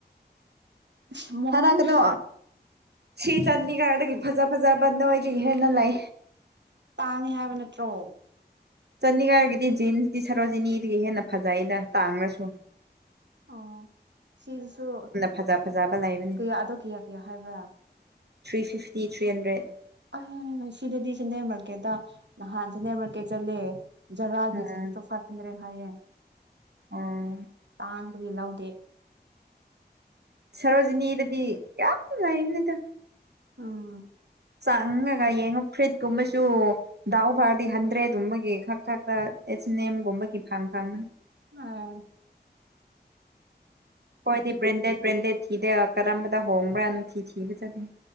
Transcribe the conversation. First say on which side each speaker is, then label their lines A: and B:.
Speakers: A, on the right; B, on the right.
A: ꯏꯁ ꯃꯣꯡ
B: ꯊꯥꯔꯛꯀꯅꯨ
A: ꯅꯪꯅꯦ
B: ꯁꯤ ꯆꯥꯟꯗꯤꯒꯔꯗꯒꯤ ꯐꯖ-ꯐꯖꯔꯕ ꯅꯣꯏꯗꯒꯤ ꯍꯦꯟꯅ ꯂꯩ
A: ꯇꯥꯡꯉꯦ ꯍꯥꯏꯕ ꯅꯠꯇ꯭ꯔꯣ
B: ꯆꯅꯤ ꯉꯥꯏꯔꯒꯤꯗꯤ ꯖꯤꯟ ꯇꯤ ꯁꯥꯔꯠ ꯑꯣꯏꯔꯗꯤ ꯅꯤꯗꯒꯤ ꯍꯦꯟꯅ ꯐꯖꯩꯗ ꯇꯥꯡꯒꯉꯔꯥꯁꯨ
A: ꯑꯣ ꯁꯤꯗꯁꯨ
B: ꯐꯖ ꯐꯖꯕ ꯂꯩꯕꯅꯤ
A: ꯀꯌꯥ ꯑꯗꯣ ꯀꯌꯥ-ꯀꯌꯥ ꯍꯥꯏꯕ꯭ꯔꯥ
B: ꯊ꯭ꯔꯤ ꯐꯤꯞꯇꯤ ꯊ꯭ꯔꯤ ꯍꯟꯗ꯭ꯔꯦꯠ
A: ꯑꯍꯤꯡ ꯑꯁꯤꯗꯗꯤ ꯆꯦꯟꯗꯔ꯭ꯦꯟ ꯃꯥꯔꯀꯦꯠꯇ ꯅꯍꯥꯟ ꯆꯤꯟꯗ꯭ꯔꯦꯟ ꯃꯥꯔꯀꯦꯠ ꯆꯠꯂꯦ ꯖꯔꯒꯤꯖꯤꯟꯗꯣ
B: ꯎꯝ
A: ꯐꯥꯏꯞ ꯍꯟꯗ꯭ꯔꯦꯠ ꯍꯥꯏꯌꯦ
B: ꯎꯝ
A: ꯇꯥꯡ ꯂꯧꯗꯦ
B: ꯁꯔꯣꯖꯤꯅꯤꯗꯗꯤ ꯌꯥꯝ ꯂꯩꯥꯌꯦꯗ
A: ꯎꯝ
B: ꯆꯪꯉꯥꯒ ꯌꯦꯡꯉꯨ ꯐꯤꯔꯤꯠ ꯀꯨꯝꯕꯁꯨ ꯗꯥꯎ ꯐꯥꯔꯥꯗꯤ ꯍꯟꯗ꯭ꯔꯦꯠ ꯀꯨꯝꯕꯒꯤ ꯈꯛ ꯊꯛꯇ ꯑꯦꯁ ꯅꯦꯝ ꯒꯨꯝꯕꯒꯤ ꯐꯪꯐꯝ
A: ꯑꯣ
B: ꯍꯣꯏꯗꯤ ꯕ꯭ꯔꯦꯟꯗꯦꯠ -ꯕ꯭ꯔꯦꯟꯗꯦꯠ ꯐꯤꯗ ꯀꯔꯝꯕꯗ ꯍꯣꯡꯕ꯭ꯔꯥꯅ ꯊꯤ-ꯊꯤꯕ ꯆꯠꯅꯤ